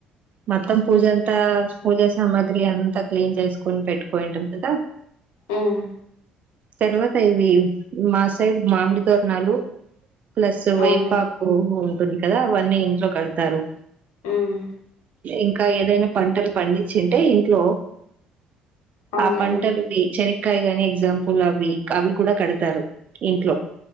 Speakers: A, on the right (about 45°); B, on the left (about 65°).
A: మొత్తం పూజ అంతా పూజా సామాగ్రి అంతా క్లీన్ చేసుకొని పెట్టుకుయింటాం కదా
B: ఉమ్
A: తర్వాత ఇవి మా సైడ్ మామిడి తోరణాలు ప్లస్
B: అవునులే
A: వేపాకు ంది కదా అవన్నీ ఇంట్లో కడుత తరు
B: మ్మ్
A: ఇంకా ఏదైనా పంటలు పండించిింటే ఇంట్లో
B: అవునులేండి
A: ఆ పంటలు వి చెని కాయ కాని ఎగ్జాంపుల్ అవి అవి కూడా కడతారు ఇంట్లో